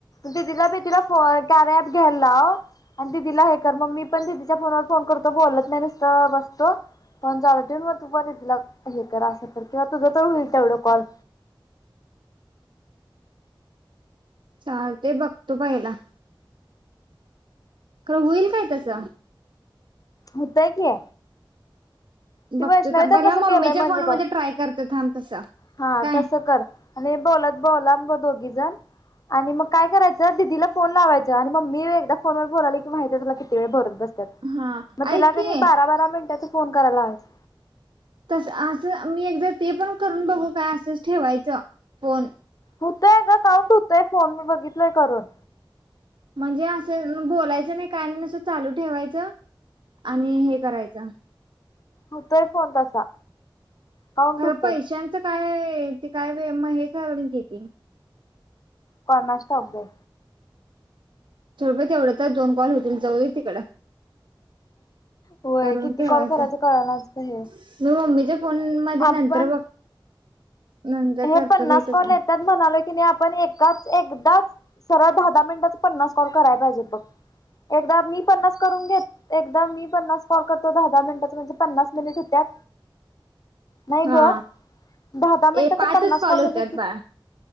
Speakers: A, on the left (about 45°); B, on the right (about 65°).
A: दिदीला बीदिला कार्या ॲप घ्यायला लाव आणि दीदीला हे तर मग मी पण दिदीच्या फोनवर फोन करतो बोलत नाही नुसत बसतो फोन चालू ठेवून मग तु परत तिला हे कर अस तर किंवा तुझ तर होईल. तेवढं कॉल
B: चाल ते बघतो पहिला खर होईल काय तस?
A: होतय कि ती
B: बघतो
A: वैष्णवीच
B: थांब पहिला
A: तसं
B: मम्मीच्या
A: केलय म्हणली
B: फोन
A: बघ
B: मध्ये ट्राय करतो थांब तसं
A: हा
B: काय
A: तसं कर आणि बोलत बोला मग दोघीजण आणि मग काय करायचं दिदीला फोन लावायचं आणि मम्मी एकदा फोनवर बोलाली की माहिती आहे तुला किती वेळ बोलत बस
B: हा
A: मग तिला
B: ऐक
A: कणी
B: की
A: बारा बारा मिनटाच फोन करायला लावायचं
B: तस असं मी एकदा ते पण करून बघू आसस ठेवायच फोन
A: होतंय ग काउंट होतंय फोन मी बघितलय करून
B: म्हणजे असं बोलायचं नाही काय नुस्त चालू ठेवायचं आणि हे करायच
A: होतय फोन तसा काउंट
B: खरं
A: होतोय
B: पैशांचं काय ते काय वे मग हे करल की ती
A: कोणास ठाऊक बई
B: सोड बई तेवढ तर दोन कॉल होतील जाऊ दे तिकड
A: होय
B: करून
A: किती
B: ठेवायच
A: कॉल करायचं
B: मी
A: कळणाच हे
B: मम्मीच्या फोन मध्ये
A: आपण
B: नंतर बघ नंतर
A: हे
B: करतो
A: पन्नास
B: घे त्याचा
A: कॉल येतात म्हणालो की नाही आपण एकाच एकदाच सरळ दहा दहा मिनिटाचा पन्नास कॉल कराय पाहिजेत बघ एकदा मी पन्नास करून घेत एकदा मी पन्नास कॉल करतो दहा दहा मिनिटाच म्हणजे पन्नास मिनिट हुत्यात नाही
B: हा
A: ग दहा दहा मिनटाच
B: ए पाचच
A: पन्नास कॉल
B: होत्यात
A: म्हणजे कि
B: बाळ